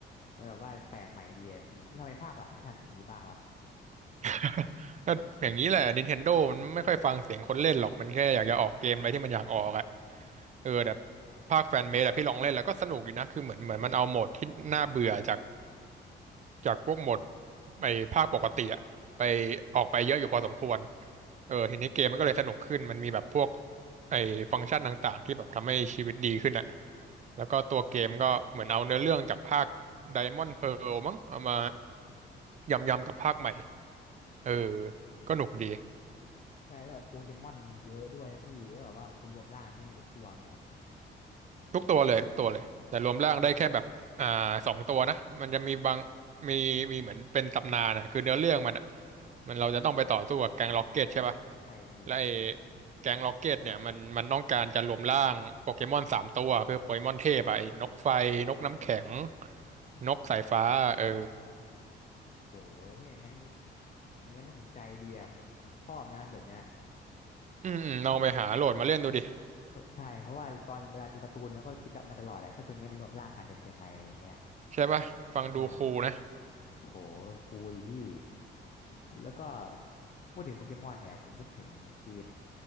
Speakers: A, on the left; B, on the right.
A: มันแบบว่าแปลกใหม่ดีอะผมทำไมภาคหลังไม่ทำอย่างนี้บ้างวะ
B: <laughs> ก็อย่างนี้แหละ Nintendo มันไม่ค่อยฟังเสียงคนเล่นหรอก มันแค่อยากจะออกเกมอะไรที่มันอยากออกอ่ะเออแต่ภาคแฟนเมดอะพี่ลองเล่นแล้วก็สนุกดีนะ คือเหมือนเหมือนมันเอาโหมดที่น่าเบื่อจากจากพวกโหมดไอ้ภาคปกติอะไปออกไปเยอะอยู่พอสมควรเออทีนี้เกมมันก็เลยสนุกขึ้น มันมีแบบพวกไอ้ฟังก์ชันต่างๆที่แบบทำให้ชีวิตดีขึ้นอะแล้วก็ตัวเกมก็เหมือนเอาเนื้อเรื่องจากภาค Diamond Pearl มั้งเอามายำๆกับภาคใหม่เออก็หนุกดี
A: ใช่แล้วแบบโปเกมอนมีเยอะด้วยนะพี่แล้วแบบว่ามันจะรวมร่างกันได้หมดทุกตัวไหมอะ
B: ทุกตัวเลยทุกตัวเลยแต่รวมร่างได้แค่แบบอ่าสองตัวนะมันจะมีบางมีมีเหมือนเป็นตำนานอ่ะคือเนื้อเรื่องมันอ่ะมันเราจะต้องไปต่อสู้กับแก๊งล็อกเก็ตใช่ป่ะ
A: ใช่พี่
B: และไอ้แก๊งล็อกเก็ตเนี่ยมันมันต้องการจะรวมร่างโปเกมอนสามตัวคือโปเกมอนเทพอะไอ้นกไฟนกน้ำแข็งนกสายฟ้าเออ
A: โอ้ยงั้นงี้งั้นน่าสนใจดีอะผมชอบนะแบบเนี้ย
B: อืมอืมลองไปหาโหลดมาเล่นดูดิ
A: ใช่เพราะว่าตอนเวลาดูการ์ตูนแล้วก็คิดมาตลอดแหละถ้าตัวนี้มันรวมร่างกันจะเป็นยังไงอะไรเงี้ย
B: ใช่ป่ะฟังดูคูลนะ
A: ใช่โหคูลดิพี่แล้วก็พูดถึงโปเกมอนเนี่ยผมนึกถึงเกม